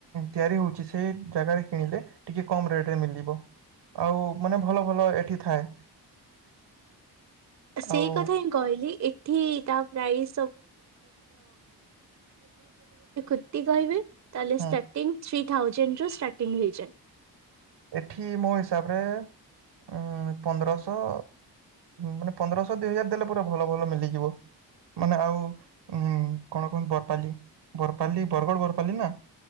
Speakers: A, on the right (about 70°); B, on the right (about 40°).
A: ତିଆରି ହଉଛି ସେ ଜାଗାରେ କିଣିଲେ ଟିକେ କମ୍ ରେଟ୍ ମିିଲିବ। ଆଉ ମାନେ ଭଲ ଭଲ ଏଠି ଥାଏ।
B: <unintelligible> କେବଳ
A: ଆଉ
B: ଯଦି ଗୋଟେ କୁର୍ତ୍ତୀ କହିବେ ତାହେଲେ
A: ହୁଁ
B: ଷ୍ଟାର୍ଟିଂ ଥ୍ରି ଥାଉଜେଣ୍ଡ ରୁ ଷ୍ଟାର୍ଟିଂ ହେଇଯାଏ।
A: ଏଠି ମୋ ହିସାବରେ ଉଁ ପନ୍ଦରଶହ ମାନେ ପନ୍ଦରଶହ ଦି ହଜାରେ ଦେଲେ ପୁରା ଭଲ ଭଲ ମିଲିଯିବ। ମାନେ ଆଉ ଉଁ କଣ କୁହନ୍ତି ବରପାଲି। ବରପାଲି ବରଗଡ଼ ବରପାଲି ନା?